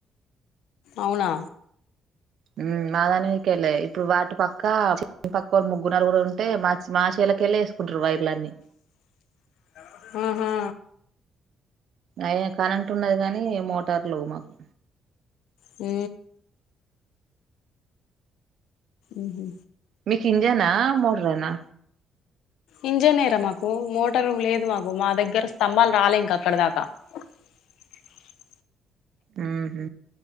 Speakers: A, on the left; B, on the right.
A: అవునా
B: ఉ మా దాని మిదికేళ్ళే ఇప్పుడు వాటి పక్క పక్క వాళ్ళు ముగ్గురు నలుగురు ఉంటే మా మచ్ మా చెల్ల్ ఇట్లకెళ్లే వేసుకుంటారు వైర్లు అన్ని
A: <inaudible> ఆహా
B: అయ్యో కరెంట్ ఉన్నది కానీ మోటార్లు లేవు మాకు
A: హు ఉహు
B: మీకు ఇంజనా మోటరేనా
A: ఇంజనేరా మాకు మోటార్ లేదు మాకు మా దగ్గర స్తంభాలు రాలే ఇంకా అక్కడ దాకా ఏ
B: హుహ్